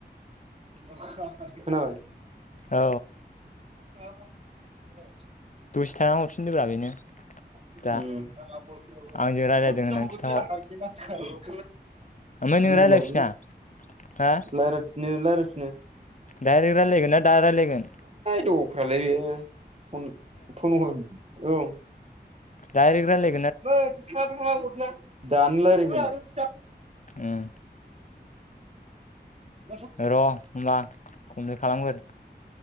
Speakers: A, on the right (about 35°); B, on the left (about 45°).
A: खोनाबाय
B: औ
A: <inaudible>
B: दसे थाना हरफिनदोब्रा बेनो।
A: उम्म
B: दा आंजों
A: <inaudible>
B: रायलायदों होननानै खिन्थाहर ओमफ्राय नों
A: गिहि
B: रायलायफिना
A: लाबोलै
B: हा
A: लायरथिनो लाराय
B: डाइरेक्ट रायलायगोन ना दा रायलायगोन
A: नो <inaudible> थै <unintelligible> फन फन हर औ
B: दायरेख रायलाय।
A: बा थांङा बा थांङा हरना। दानो रायलायगोन
B: उम
A: <inaudible>
B: र' होनोमबा खननै खालामगोर।